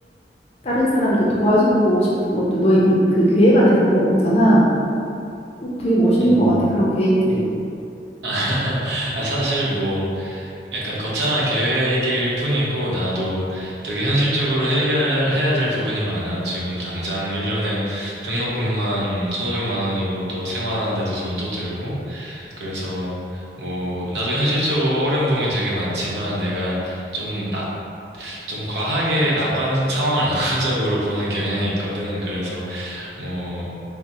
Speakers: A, on the left (about 35°); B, on the right (about 80°).
A: 다른 사람도 도와주고 싶은 것도 너의 미, 그 계획 안에 들어온 거잖아. 어, 되게 멋있는
B: 음.
A: 것 같아. 그런 계획들이.
B: 아, <laughs> 아, 사실 뭐, 약간 거창한 계획일 뿐이고, 나도 되게 현실적으로 해결해야 될 부분이 많아. 지금 당장 1년에 등록금만 1,500만 원이고, 또 생활하는데도 돈도 들고, 그래서 뭐, 나도 현실적으로 어려운 부분이 되게 많지만, 내가 좀 낙, 좀 과하게 낙관, 상황을 <laughs> 낙관적으로 보는 경향이 있거든. 그래서 뭐,